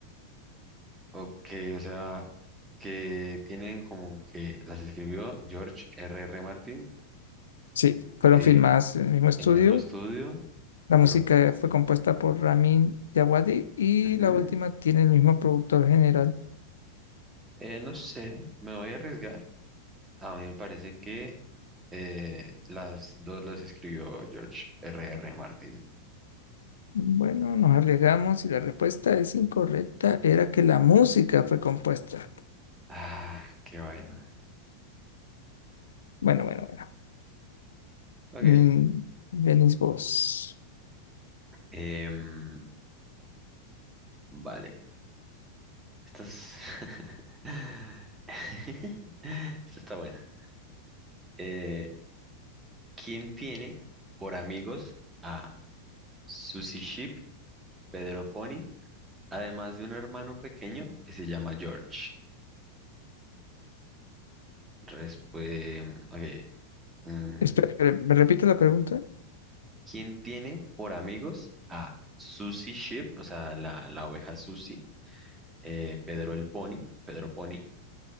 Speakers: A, on the right; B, on the left.
A: ok, o sea, que tienen como que las escribió George R R Martin.
B: Sí, fueron
A: eh,
B: filmadas en el mismo estudio
A: El mismo estudio,
B: La música
A: pero
B: fue compuesta por Ramin Djawadi y
A: ujú.
B: la última tiene el mismo productor general.
A: Eh, no sé, me voy a arriesgar. A mí me parece que eh, las dos las escribió George R. R. Martin.
B: Bueno, nos arriesgamos y la respuesta es incorrecta. Era que la música fue compuesta.
A: Ah, qué vaina.
B: Bueno, bueno, bueno.
A: Ok.
B: Mm, Venís vos.
A: Em, vale. Estas. <laughs> Esta está buena. Eh, ¿quién tiene por amigos a Susie Sheep, Pedro Pony, además de un hermano pequeño que se llama George? Respuesta. Ok. mm,
B: Espera, espera, ¿me repite la pregunta?
A: ¿Quién tiene por amigos a Susie Sheep, o sea, la, la oveja Susie, eh, Pedro el Pony, Pedro Pony,